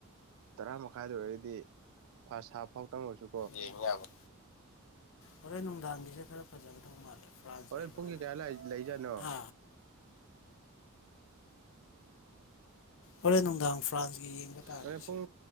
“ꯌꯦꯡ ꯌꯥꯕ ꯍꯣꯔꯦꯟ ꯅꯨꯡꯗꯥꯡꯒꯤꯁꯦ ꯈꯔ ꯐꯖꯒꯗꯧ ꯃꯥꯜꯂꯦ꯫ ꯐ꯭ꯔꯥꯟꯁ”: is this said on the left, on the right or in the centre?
Left